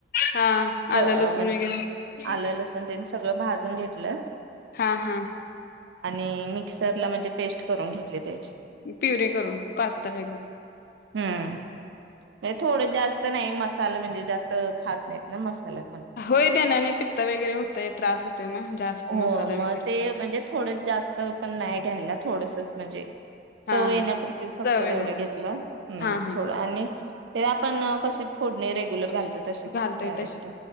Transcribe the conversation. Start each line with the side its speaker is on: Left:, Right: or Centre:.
Left: हा
Right: म्हणज
Left: आलं लसूण वगैरे
Right: आलं त्यां सगळं भाजून घेतलं
Left: हा हम्
Right: आणि मिक्सरला म्हणजे पेस्ट करून घेतली त्याची
Left: पिवरे करून पाातताय का
Right: हम्म हे थोडं जास्त नाही मसाला म्हणजे जास्त खात नाही मसाला पण
Left: होय त्यानाने पित्त वगैरे होतय त्रास होतोय मग जास्त
Right: हो
Left: मसाला वगैरे
Right: मग ते म्हणजे थोड जास्त पण नाही घ्यायला थोडस म्हणजे चव
Left: हा
Right: येण्यापुरचीच
Left: हा
Right: फक्त
Left: चव येणार
Right: तेवढं घेतला्
Left: हा हा
Right: थोड ते आपण कसे फोडणे रेग्युलर घालतो तशिच
Left: घालतय
Right: डायरेक्ट
Left: तशी